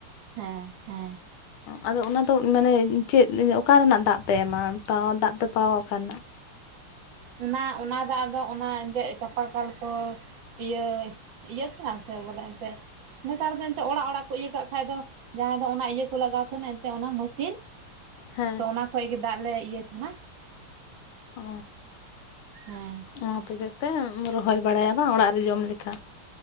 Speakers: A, on the right; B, on the left.
A: ᱦᱮᱸ ᱦᱮᱸ
B: ᱟᱫᱚ ᱚᱱᱟ ᱫᱚ ᱢᱟᱱᱮ ᱪᱮᱫ ᱚᱠᱟ ᱨᱮᱱᱟᱜ ᱫᱟᱜ ᱯᱮ ᱮᱢᱟ ᱯᱟᱣᱟ ᱫᱟᱜ ᱯᱮ ᱯᱟᱣᱟ ᱚᱠᱟ ᱨᱮᱱᱟᱜ?
A: ᱚᱱᱟ ᱚᱱᱟ ᱫᱟᱜ ᱫᱚ ᱚᱱᱟ ᱟᱸᱡᱮᱫ ᱪᱟᱸᱯᱟ ᱠᱟᱞ ᱠᱚᱼᱼ ᱤᱭᱟᱹ ᱤᱭᱟᱹ ᱠᱟᱱᱟ ᱥᱮ ᱵᱚᱞᱮ ᱮᱱᱛᱮᱫ ᱱᱮᱛᱟᱨ ᱫᱚ ᱱᱮᱛᱮ ᱚᱲᱟᱜ ᱚᱲᱟᱜ ᱠᱚ ᱤᱭᱟᱹ ᱠᱟᱜ ᱠᱷᱟ ᱫᱚ ᱡᱟᱦᱟᱸᱭ ᱫᱚ ᱚᱱᱟ ᱤᱭᱟᱹᱼᱼ ᱠᱚ ᱞᱟᱜᱟᱣ ᱛᱟᱦᱮᱸᱱᱟ ᱮᱱᱛᱮᱫ ᱚᱱᱟ ᱢᱮᱥᱤᱱ
B: ᱦᱮᱸ
A: ᱛᱚ ᱚᱱᱟ ᱠᱷᱚᱡ ᱜᱮ ᱫᱟᱜ ᱞᱮ ᱤᱭᱟᱹᱭ ᱛᱟᱦᱮᱸᱱᱟ,
B: ᱚᱻ
A: ᱦᱮᱸ
B: ᱚᱱᱟ ᱛᱮᱜᱮ ᱯᱮ ᱨᱚᱦᱚᱭ ᱵᱟᱲᱟᱭᱟ ᱚᱲᱟᱜ ᱨᱮ ᱡᱚᱢ ᱞᱮᱠᱟ?